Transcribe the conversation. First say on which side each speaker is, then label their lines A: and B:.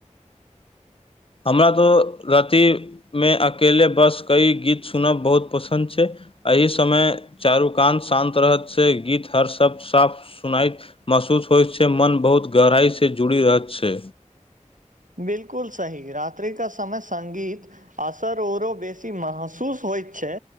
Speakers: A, on the left; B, on the right.
A: हमरा तऽ रतिमे अकेले बस कई गीत सुनब बहुत पसन्द छै एहिह समय चारु कान शान्त रहत से गीत हर सप साफ सुनात महसूस होइ छै मन बहुत गहराई सऽ जुड़ी रहत छै
B: बिल्कुल सही रात्रि के समय सङ्गीत असर आओरो बेसी महसूस होइ छै